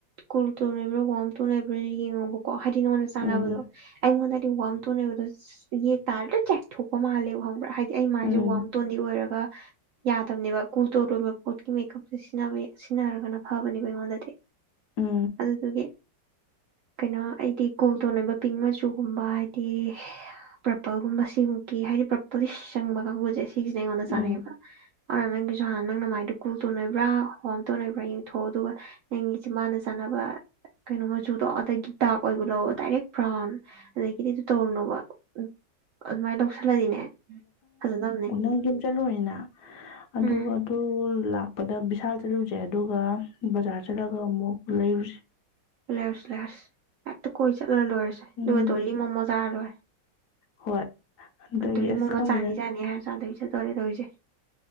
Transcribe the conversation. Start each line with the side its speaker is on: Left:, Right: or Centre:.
Right: ꯀꯨꯜ ꯇꯣꯟꯅꯕ꯭ꯔꯥ ꯋꯥꯝ ꯇꯣꯟꯅꯩꯕ꯭ꯔꯥ ꯌꯦꯡꯉꯣꯕꯀꯣ ꯍꯥꯏ ꯅ ꯁꯥꯟꯅꯅꯕꯕꯨꯗꯨꯣ
Left: ꯎꯝ
Right: ꯑꯩ ꯃ ꯋꯥꯝ ꯊꯣꯛꯅꯕꯗ ꯌꯦꯛ ꯇꯥꯔꯗ꯭ꯔ ꯆꯦꯛꯊꯣꯛꯄ ꯃꯥꯜꯂꯦꯕ ꯈꯪꯕ꯭ꯔ ꯍꯥꯏ ꯑꯩ ꯃꯥꯏꯁꯦ
Left: ꯎꯝ
Right: ꯋꯥꯝ ꯇ ꯑꯣꯏꯔꯒ ꯌꯥꯗꯕꯅꯦꯕ ꯀꯨ ꯇꯣ ꯂꯣꯏꯅꯥꯃꯛ ꯄꯣꯠꯀꯤ ꯃꯦꯀꯞꯁꯦ ꯁꯤ ꯁꯤꯖꯤꯟꯅꯔꯒꯅ ꯐꯕꯅꯦꯕ ꯑꯩꯉꯣꯟꯗꯗꯤ
Left: ꯎꯝ
Right: ꯑꯗꯨꯗꯨꯒ ꯀꯩꯅꯣ ꯑꯩꯗꯤ ꯀꯣꯜꯇꯣꯟ ꯑꯣꯏꯕ ꯄꯤꯡ ꯃꯆꯨꯒꯨꯝꯕ ꯍꯥꯏꯗꯤ ꯄ꯭ꯔꯄꯜꯒꯨꯝꯕ ꯁꯤꯃꯨꯛꯀꯤ ꯍꯥꯏꯗꯤ ꯄ꯭ꯔꯄꯜ ꯆꯪꯕ ꯀꯥꯡꯕꯨꯁꯦ ꯁꯤ ꯁꯤꯁꯤ ꯅ ꯀꯣꯟꯗ ꯁꯥꯅꯩꯕ
Left: ꯎꯝ
Right: ꯑꯗꯨꯅ ꯅꯪꯒꯤꯁꯨ ꯍꯥꯟꯅ ꯅꯪ ꯅ ꯃꯥꯏꯗꯨꯣ ꯀꯨꯜ ꯇꯣꯟ ꯅꯣꯏꯕ꯭ꯔꯥ ꯍꯣꯝ ꯇꯧ ꯅꯣꯏꯕ꯭ꯔꯥ ꯌꯦꯡꯊꯣꯛꯑꯣ ꯑꯗꯨꯒ ꯅꯪꯒꯤꯁꯤꯦ ꯃꯥꯅ ꯆꯥꯅꯕ ꯀꯩꯅꯣ ꯃꯆꯨꯗꯣ ꯑꯗꯒꯤ ꯗꯗꯥꯥꯛꯛ ꯑꯣꯏꯕ ꯂꯑꯣ ꯗꯥꯏꯔꯦꯛ ꯕ꯭ꯔꯥꯎꯟ ꯑꯗꯒꯤꯗꯤ ꯑꯗꯨ ꯇꯧꯔꯨꯅꯣꯕ ꯎ ꯑꯗꯨꯃꯥꯏꯅ ꯂꯧꯁꯜꯂꯗꯤꯅꯦ ꯐꯖꯗꯕꯅꯦ
Left: ꯅ ꯆꯠꯂꯨꯅꯤꯅ ꯑꯗꯨꯒ
Right: ꯎꯝ
Left: ꯑꯗꯨ ꯄꯗ ꯕꯤꯚꯤꯁꯥꯜ ꯆꯠꯂꯨꯁꯦ ꯑꯗꯨꯒ ꯕꯖꯥꯔ ꯆꯂꯒ ꯑꯃꯨꯛ ꯂꯩꯔꯨꯁꯤ
Right: ꯂꯦꯔꯨꯁꯤ ꯂꯦꯔꯨꯁꯤ ꯀꯦꯛꯇ ꯀꯣꯏ ꯆꯇꯂꯥ ꯂꯣꯏꯔꯦꯁꯦ
Left: ꯎꯝ
Right: ꯑꯗꯨꯒꯙꯂꯤ ꯃꯣꯃꯣꯖꯥꯔ ꯂꯣꯏꯔꯦ
Left: ꯍꯣꯏ ꯑꯗꯒꯤ
Right: ꯗꯣꯂꯤ
Left: ꯑꯁ
Right: ꯃꯣꯃꯣ
Left: ꯈꯪꯗꯦꯗ
Right: ꯆꯥꯅꯤ ꯆꯥꯅꯤ ꯍꯥꯏꯔ ꯆꯥꯗꯕꯤ ꯆꯠꯇꯣꯔꯦ ꯇꯧꯔꯤꯁꯦ